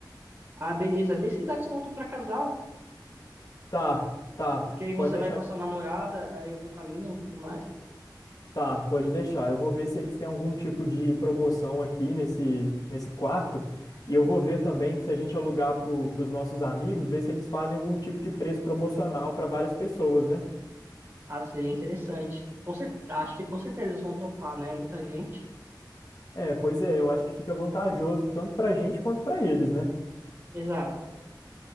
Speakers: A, on the right; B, on the left.
A: Ah, beleza, vê se dá desconto pra casal,
B: Tá, tá.
A: porque aí você
B: Pode deixar.
A: vai com a sua namorada, aí eu vou com a minha e tudo mais.
B: Tá, pode deixar. Eu vou ver se eles têm algum tipo de promoção aqui nesse, nesse quarto. E eu vou ver também se a gente alugar para os nossos amigos, ver se eles fazem algum tipo de preço promocional para várias pessoas, né?
A: Ah, seria interessante. Com cer... Acho que com certeza eles vão topar, né? Muita gente.
B: É, pois é, eu acho que fica vantajoso tanto para a gente quanto para eles, né?
A: Exato.